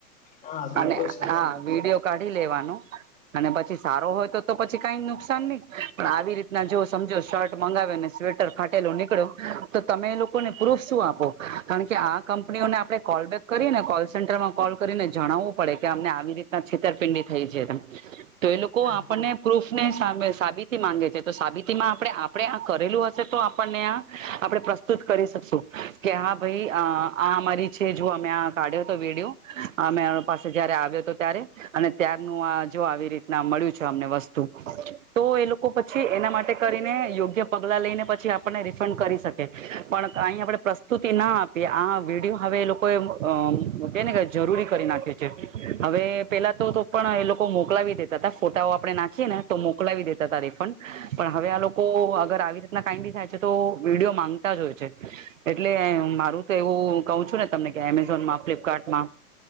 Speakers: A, on the left; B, on the right.
A: હા બિલકુલ
B: અને
A: સાચી
B: હા
A: વાત
B: વિડીિયો
A: છે
B: કાઢી લેવાનું અને પછી સારો હોય તો તો પછી કઈ નુકસાન નહી પણ આવી રીતે ના જો સમજો શર્ટ મંગાવ્યોને સ્વેટર ખાટેલો નીકળ્યો તો તમે એ લોકોને પ્રૂફ શું આપો કારણ કે આ કંપનીઓને આપણે કોલ બેેક કરીને કોલ સેન્ટરમાં કોલ કરીને જણાવવું પડે કે અમને આવી રીતે છેતરપિંડી થઈ છે તો એ લોકો
A: હા
B: આપણને પ્રૂફ ને સાબિતી માંગે છે તો સાબિતી માં આપડે આપને આ કરેલું હશે તો આપણને આ આપડે પ્ર જ કરી શકશું કે હા ભાઈ આ અમારી છે જો અમે આ કાઢ્યો તો વેડિયો અ મે પાસે જયારે આવ્યો હતો ત્યારે અને ત્યારનું આ જો આવી રીતના મળ્યું છે અમને વસ્તુ તો એ લોકો પછી એના માટે કરીને યોગ્ય પગલાં લઈને પછી આપણને રિફંડ કરી શક કે પણ અહી આપણેે પ્રસ્તુતિ ના આપીએ આ વિડીયો હવે એ લોકોએ અ મૂકેને જરૂરી કરી નાખે છે હવે પેલા તો પણ એ લોકો તો મોકલાવી દેતા હતા ફોટાઓ આપણે નાખીએ ને તો મોકલાવી દેતા હતા રિફંડ પણ હવે આ લોકો અગર આવી રીતના કઈ બી થાય છે તો વિડીયો માંગતા જ હોય છે એટલે મારું તો એવું કઉ છું ને તમને કે એમેઝોનમાં ફ્લિપકાર્ટમાં